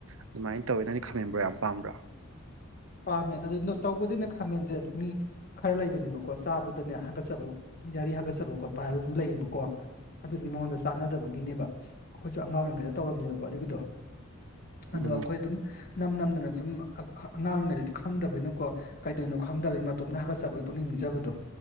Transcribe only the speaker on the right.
ꯑꯗꯨꯃꯥꯏꯅ ꯇꯧꯋꯦ ꯅꯪꯗꯤ ꯈꯥꯃꯦꯟꯕꯣꯔꯥ ꯌꯥꯝ ꯄꯥꯝꯕ꯭ꯔꯥ
ꯎꯝ